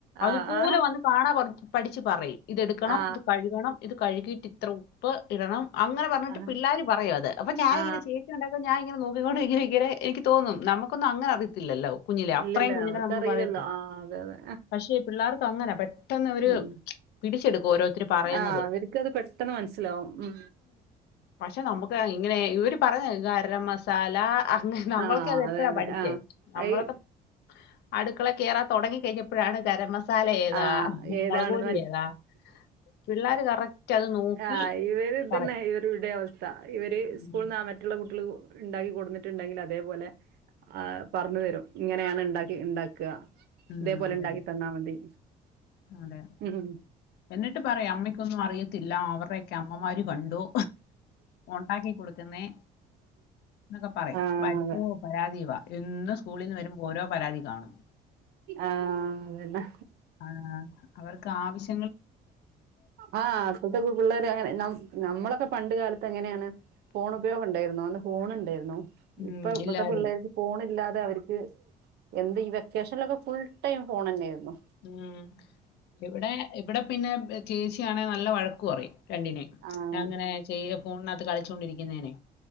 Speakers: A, on the left; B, on the right.
A: അതുപോലെ
B: ആ ആ
A: വന്ന് കാണാ പറ- പഠിച്ചു പറയും ഇതെടുക്കണം
B: ആ
A: ഇത് കഴുകണം ഇത് കഴുകിയിട്ട് ഇത്ര ഉപ്പ് ഇടണം അങ്ങനെ പറഞ്ഞിട്ട്-
B: ആ
A: പിള്ളോര് പറയും അത് അപ്പ ഞാനിങ്ങനെ
B: ആ
A: ചേച്ചി ഉണ്ടാക്കും ഞാ ഇങ്ങനെ നോക്ക- ക്കികൊണ്ട് ഇങ്ങനെ എനിക്ക് തോന്നും നമക്കൊന്നും അങ്ങനെ അറിയത്തില്ലല്ലോ കുഞ്ഞിലേ അത്രയും
B: ഇല്ലല്ല
A: കുഞ്ഞിനെ
B: അവർക്കറിയില്ലല്ലോ
A: നമ്മൾ പറയത്തില്ലേ
B: ആ അതെ അതെ
A: പക്ഷേ പിള്ളേർക്ക് അങ്ങനാ പെട്ടെന്ന് അവര്
B: ഉം
A: പിടിച്ചെടുക്കും ഓരോരുത്തർ പറയുന്നത്
B: ആ അവർക്ക് അത് പെട്ടെന്ന് മനസിലാവും ഉം
A: പക്ഷെ നമുക്ക് ഇങ്ങനെ ഇവര് പറയണകേക്ക ഗരമസാല അങ്ങ് നമ്മളക്കെ
B: ആ
A: അത്പ്പഴാ
B: അതെ അതെ
A: പഠിച്ചേ
B: ആ
A: നമ്മളൊക്കെ
B: അയ്
A: അടുക്കളെ കയറൻ തുടങ്ങി കഴിഞ്ഞപ്പോഴാണ് ഗരമ മസാല ഏതാ
B: ആ ഏതാണെന്ന്
A: മുളകുപൊടി ഏതാ പിള്ളേർ കറക്റ്റ് അത് നോക്കി
B: ആ ഇവര് ഇതന്നെ
A: പറയും
B: ഇവരുടെ അവസ് സ്ഥ ഇവര്
A: ഉം.
B: സ്കൂളന്ന് അ മറ്റുള്ള കുട്ടികള് ഇണ്ടാക്കി കൊടുന്നിട്ടുണ്ടെങ്കിൽ അതേപോലെ അ പറഞ്ഞുതരും ഇങ്ങനെയാണ് ഇണ്ടാക്കി ഇണ്ടാക്അ
A: ഉം
B: ഇതേപോലെ
A: അതെ
B: ഉണ്ടാക്കി തന്നാ മതി
A: അതെ
B: ഉം
A: എന്നിട്ട് പറയാം അമ്മക്കൊന്നും അറിയത്തി എല്ല അവറെക്കെ അമ്മമാര് കണ് ഒ ഉണ്ടാക്കി കൊടുക്കുന്നേ എന്നൊക്കെ പറയും
B: ആഹ്
A: വരുവോ
B: അതെ
A: പരാതി വാ എന്നും സ്കൂളിൽ നിന്ന് വരുമ്പോ ഓരോ പരാതി കാണും
B: ആഹ് അതന്നെ
A: ആ അവർ ക് ആവശ്യ
B: ആ ഇപ്പോത്തെ പിള്ളേർ അങ്ങനെ നമ് നമ്മളൊക്കെ പണ്ട് കാലത്ത് ത്ത് എങ്ങനെയാണ് ഫോൺ ഉപയോഗം ഉണ്ടായിരുന്നോ അന്ന് ഫോൺ ഉണ്ടായിരുന്നോ
A: ഉം
B: ഇപ്പ ഇവിത്തെ
A: ഇല്ലായിരുന്നു
B: പിള്ളേർക്ക് പോണില്ലാത അവർക്ക് എന്ത് ഈ വെക്കേഷനൊക്കെ ഫുൾടൈം ഫോണന്നെയായിരുന്നു
A: ഉം ഇവിടെ എ ഇവിടെ പിന്നെ ചേച്ചിയാണെങ്കി നല്ല വഴക്ക് പറയും രണ്ടിനെ
B: ആഹ്
A: അങ്ങനെ ചെയ ഫോണിനകത്ത് കളിച്ചുകൊണ്ടിരിക്കുന്നേനെ